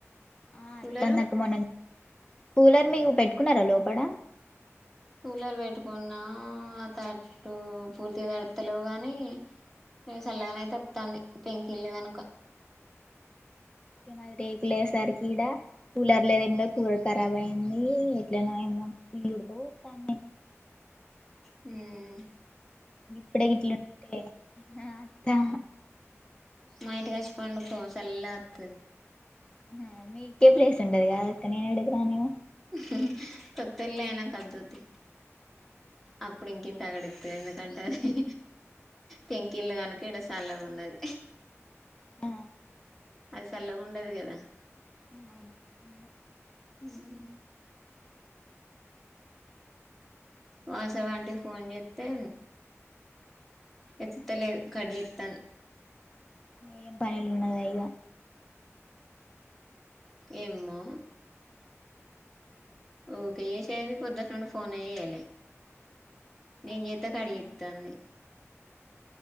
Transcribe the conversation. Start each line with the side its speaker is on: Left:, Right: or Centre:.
Left: ఆ
Centre: కూలరు
Left: తందక మనెం కూలర్ మీకు పెట్టుకున్నారా లోపడ
Centre: కూలర్ పెట్టుకున్నా అతట్టు పూర్తిగా తడుత్తలేవు కానీ ఏ చల్లగానయితే వత్తాంది పెంకిల్లు కనుక.
Left: ఇగ మాది రేకులయేసరికి ఈడ కూలర్ లేదు ఏంలేదు కూలర్ ఖరాబ్ అయ్యింది ఎట్లనో ఏమో ఇల్లు ఉడకబోత్తాంది.
Centre: హుమ్
Left: గిప్పుడే గిట్లుంటే హా అత్తా
Centre: మాయట కసి పండుకో సల్తు
Left: అహా మీకే ప్లేస్ ఉండదిగా అక్క నే ఎడుక రాణిగా
Centre: హు హు కొత్తోలు అయినా వోధు తి అప్పుడు ఇంక తగడింది ఎందుకంటే అది టంకిీళ్లుు కనుక ఇడ చల్ల ఉన్నది
Left: ఆ
Centre: అది చల్లగా ఉండదు కదా
Left: అ అవునా ఉంధి
Centre: ఉమ్ వాట్సాప్లాంటి ఫోన్ చేస్తే ఎతుతేలే కడిత్తం
Left: ఏం పనులు ఉన్నాద ఇగా
Centre: ఏమో ఓకే ఈసే అది పొద్దుటడి ఫోన్ అయ్యలే నేను
Left: పని
Centre: చేత
Left: ఉండొచ్చు
Centre: కడిగిస్తాంది